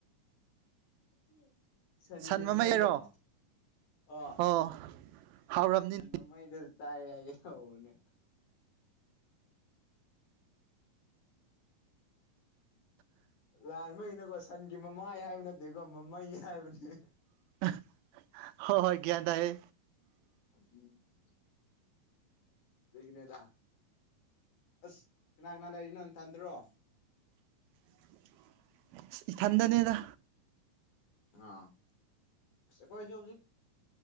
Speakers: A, on the left; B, on the right.
A: <inaudible> ꯁꯟꯒꯤ
B: ꯁꯟ ꯃꯃꯩꯔꯣ
A: ꯃꯃꯩꯗꯣ ꯑ
B: ꯑꯣ ꯍꯥꯎꯔꯝꯅꯤ
A: ꯁꯟ ꯃꯃꯩꯗ ꯆꯥꯏ ꯍꯥꯏꯒꯦ ꯇꯧꯕꯅꯦ
B: ꯑ
A: ꯂꯥꯟꯉꯅꯀꯣ ꯁꯟꯒꯤ ꯃꯃꯥꯏ ꯍꯥꯏꯕ ꯅꯠꯇꯦꯀꯣ ꯃꯃꯩ ꯍꯥꯏꯕꯅꯦ
B: <unintelligible> ꯍ ꯍꯣꯏ ꯒ꯭ꯌꯥꯟ ꯇꯥꯏꯍꯦ
A: ꯎꯝ ꯂꯩꯦꯒꯅꯦꯗ ꯑꯁ ꯀꯅꯥ ꯀꯅꯥ ꯂꯩ ꯂꯩꯔꯤꯅꯣ ꯇꯗ꯭ꯔꯣ
B: <unintelligible> ꯏꯊꯟꯗꯅꯦꯗ
A: ꯑ ꯀꯣꯏꯁꯨ ꯍꯧꯖꯤꯛ ꯑ